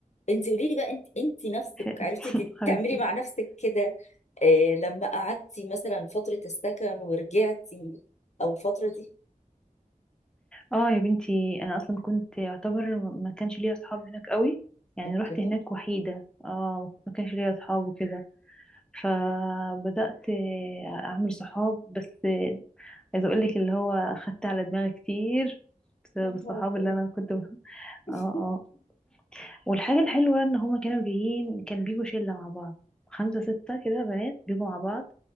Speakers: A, on the left (about 55°); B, in the centre.
A: انتي قولي لي بقى انت انتي نفسك
B: <laughs>
A: عرفتي تد-
B: حبيبتي
A: تعملي مع نفسك كده آه، لما قعدتي مثلا فتره السكن ورجعتي او الفتره دي
B: اه يا بنتي انا اصلا كنت يعتبر ما كانش ليا اصحاب هناك قوي يعني
A: اوكي
B: رحت هناك وحيدة اه ما كانش ليا اصحاب وكده فبدأت آه، اعمل صحاب بس عايزه اقول لك اللي هو اخدت على دماغي كتير بسبب
A: يا نهار
B: الصحاب
A: أبيض
B: اللي انا كنت ب...
A: <laughs>
B: اه اه والحاجه الحلوه ان هما كانوا جايين كان بيجوا شله مع بعض خمسه سته كده بنات بيجوا مع بعض